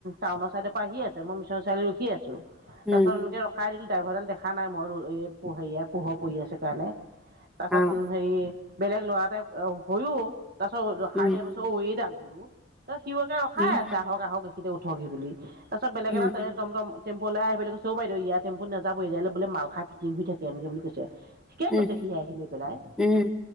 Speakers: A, on the right; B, in the centre.
A: টাউনঅ চাইডৰ পৰা আহি আছে মই মিছনৰ চাৰিআলিত লৈ ৰখি আছো। তাৰপাছত
B: উম
A: এনেকে ৰখাই দিলো ড্ৰাইভাৰ ডাল দেখা নাই মই হেৰিয়া পোহৰ পৰি আছে কাৰণে। তাৰ পাছত
B: অহ
A: হেৰি বেলেগ ল'ৰাটাই হৈয়ও তাৰ পাছত ৰখাই
B: উম
A: দিয়া পাছত এইডাল বোলো সিও আকৌ ৰখাই
B: উম
A: আছে আহক আহক এইখিতে উঠকহি বুলি। তাৰপাছত বেলেগ
B: উম
A: তে টমটম টম্পুঅলাই আহি কৈছে ঔ বাইদেউ ইয়াৰ টম্পুত নাযাব এইডালে বোলে মাল খাই ফিটিং হৈ থাকে। এনেকে বুলি কৈছে। ঠিকে
B: উম
A: কৈছে সি আহি লৈ পেলাই
B: উম